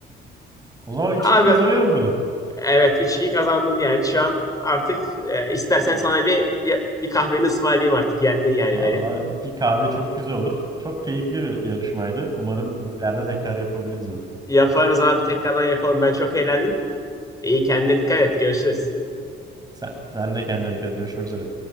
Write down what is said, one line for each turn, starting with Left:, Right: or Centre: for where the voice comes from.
Right: O zaman üç
Left: Abi
Right: iki kazanıyorum bunu.
Left: evet üç iki kazandın yani. Şu an artık e, istersen sana bir ya- bir kahveni ısmarlayayım artık. Yendin yani
Right: Vallahi
Left: beni.
Right: bir kahve çok güzel olur. Çok keyifli bir yarışmaydı. Umarım ileride tekrar yapabiliriz bunu.
Left: Yaparız abi tekrardan yapalım. Ben çok eğlendim. İyi kendine dikkat et. Görüşürüz.
Right: Sen, sen de kendine dikkat et. Görüşmek üzere.